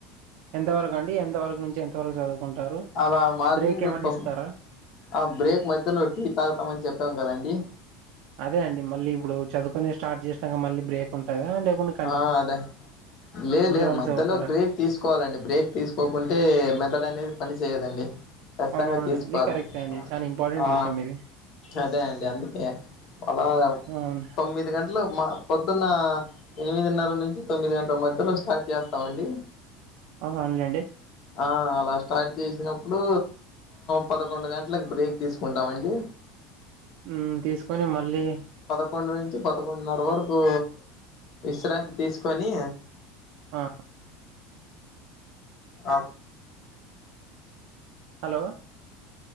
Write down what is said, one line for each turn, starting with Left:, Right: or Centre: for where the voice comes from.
Right: ఎంతవరకు అండి ఎంతవరకు నుంచి ఎంత వరకు చదువుం కుంటారు
Left: అలా మార్నింగ్
Right: బ్రేక్ ఏమన్నా
Left: తొ
Right: ఇస్తారా
Left: ఆ బ్రేక్ మధ్యలో టీ తాగుతామని చెప్పాం గదండి
Right: అదే అండి మళ్ళీ ఇప్పుడు చదువుకునే స్టార్ట్ చేసినాక మళ్ళీ బ్రేక్ ఉంటుందా లేకుండా
Left: ఆ అదే లేదు లేదె
Right: వరకు
Left: మధ్యలో
Right: చదువుతారా
Left: బ్రేక్ తీసుకోవాలండి బ్రేక్ తీసుకోకుంటే మెదడు అనేది పని చెయ్యదండి కచ్చింగా
Right: అవునవునండి
Left: తీసుకోవాలండి
Right: అది కరెక్ట్ అండి చాలా ఇంపార్టెంట్
Left: ఆ
Right: విషయం ఇది
Left: అదే అండి అందుకే అలా
Right: అవును
Left: తొమ్మిది గంటలు మ పొద్దున్న ఎనిమిదిన్నర నుంచి తొమ్మిది గంటల మధ్యలో స్టార్ట్ చేస్తామండి
Right: అహ అవున్లేండి
Left: ఆ అలా స్టార్ట్ చేసినప్పుడు పదకొండు గంటలక్ బ్రేక్ తీసుకుంటామండి
Right: ఉమ్ తీసుకొని మళ్ళీ
Left: కొండు నుంచి పదకొండున్నర వరకు విశ్రాంతి తీసుకొని
Right: హా
Left: అ
Right: హలో